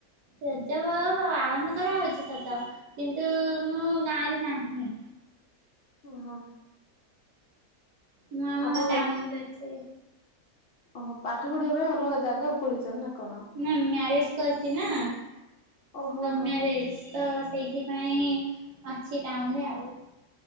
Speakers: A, on the right; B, on the left.
A: ରାଜ ପର୍ବ କରାହଉଛି ସତ କିନ୍ତୁ ମୁଁ ଗାଁରେ ନାହିଁ।
B: ଓହୋ
A: ମୁଁ ଆମ
B: ଆପଣ କଣ
A: ଟାଉନ ଅଛି
B: ଓହୋ ପାଠ ପଢିବା ପାଇଁ ଅଲଗା ଜାଗା ପଳେଇଚନ୍ ନା? କଣ?
A: ନା ମ୍ୟାରେଜ କରିଛି ନା
B: ଓହୋ
A: ଲଭ
B: ହୋ
A: ମ୍ୟାରେଜ। ତ ସେଇଥିପାଇଁ ଅଛି ଟାଉନ ରେ ଆଉ।